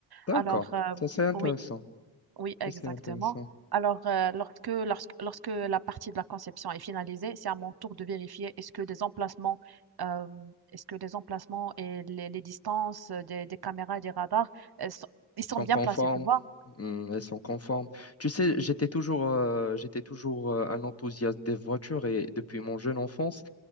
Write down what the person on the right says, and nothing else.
Alors, euh,
oui. Oui, exactement.
Alors, euh, lorsque, lorsque, lorsque la partie de la conception est finalisée, c'est à mon tour de vérifier est-ce que les emplacements, euh, est-ce que les emplacements et les, les distances euh, des, des caméras et des radars, euh, sont- ils sont
bien
placés, tu vois?